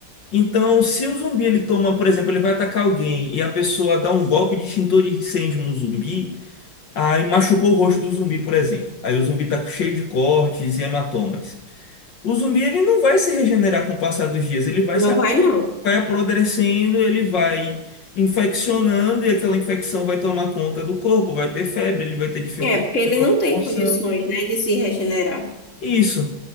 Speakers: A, on the left; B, on the left.
A: Então, se o zumbi ele toma, por exemplo, ele vai atacar alguém e a pessoa dá um golpe de extintor de incêndio no zumbi, aí machucou o rosto do zumbi, por exemplo. Aí o zumbi tá cheio de cortes e hematomas. O zumbi ele não vai se regenerar com o passar dos dias, ele vai
B: Não
A: se
B: vai, não.
A: vai apodrecendo, ele vai infeccionando e aquela infecção vai tomar conta do corpo, vai ter febre, ele vai ter dificuldade
B: É, porque ele
A: de locomoção.
B: não tem condições, né, de se regenerar.
A: Isso.